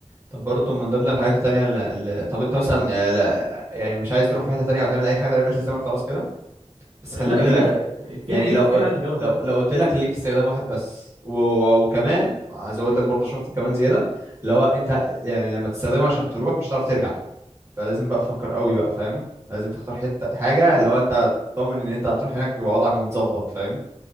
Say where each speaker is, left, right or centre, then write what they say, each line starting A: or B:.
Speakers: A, on the right; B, on the right.
A: طب برضه من ضمن الحاجات التانية اللي... اللي- طب انت مثلا آه، لا يعني مش عايز تروح في حتة تانية او تعمل اي حاجة تانية بس الزمن خلاص كده بس
B: لا
A: خلي بالك
B: كده في
A: يعني
B: حاجات
A: لو
B: كتير عايز اجاوبها
A: لو
B: فاهم
A: لو قلت لك
B: إيه؟
A: ليك استخدام واحد بس و... و- وكمان هزود لك برضه شرط كمان زياده اللي هو انت يعني لما تستخدمها عشان تروح مش هتعرف ترجع فلازم بقى تفكر قوي بقى فاهم لازم تختار حته حاجه اللي هو انت ضامن ان انت هتروح هناك يبقى وضعك متظبط فاهم